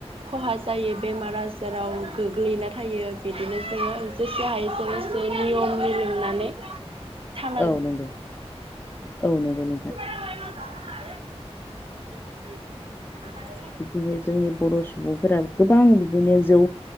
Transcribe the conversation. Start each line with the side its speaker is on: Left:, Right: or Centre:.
Right: खहा जायो बेमार आजाराव गोग्लैना थायो बिदिनो जोङो जेसे हायो एसे नियम नि लोंनानै थाब
Left: औ नंगौ औ नंगौ नोंथां।
Right: <unintelligible> <unintelligible>
Left: बिदिनो जोंनि बर' सुबुंफोराबो गोबां बिदिनो जौ